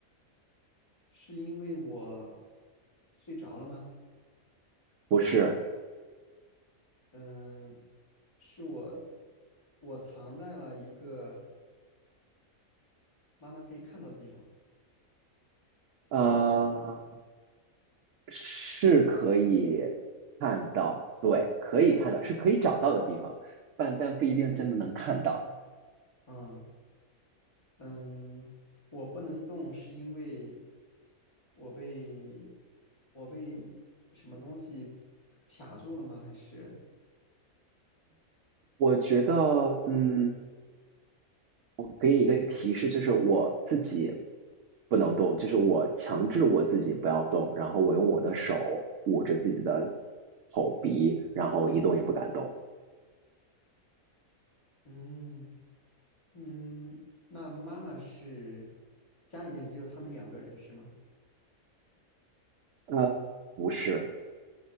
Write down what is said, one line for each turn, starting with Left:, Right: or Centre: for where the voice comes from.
Left: 是因为我睡着了吗？
Right: 不是，
Left: 嗯，是我我藏在了一个妈妈可以看到的地方。
Right: 呃，是可以看到，对，可以看到，是可以找到的地方，但但不一定真的能看到。
Left: 嗯嗯，我不能动是因为我被我被什么东西卡住了吗？还是
Right: 我觉得，嗯。我给你一个提示，就是我自己不能动，就是我强制我自己不要动，然后我用我的手捂着自己的口鼻，然后一动也不敢动。
Left: 嗯嗯，那妈妈是家里面只有他们两个人是吗？
Right: 呃，不是，